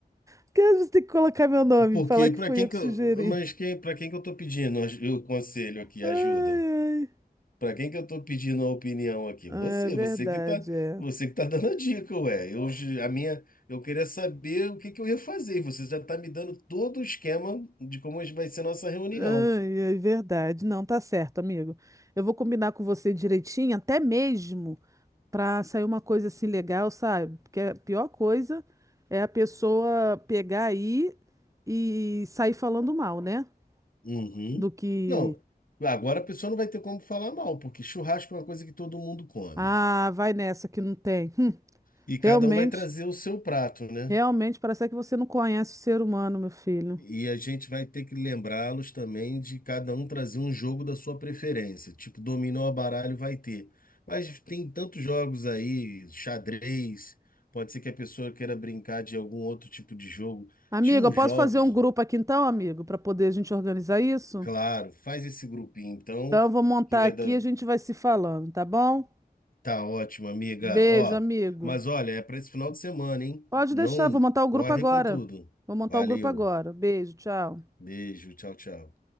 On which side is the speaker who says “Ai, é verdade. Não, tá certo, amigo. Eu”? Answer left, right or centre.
Right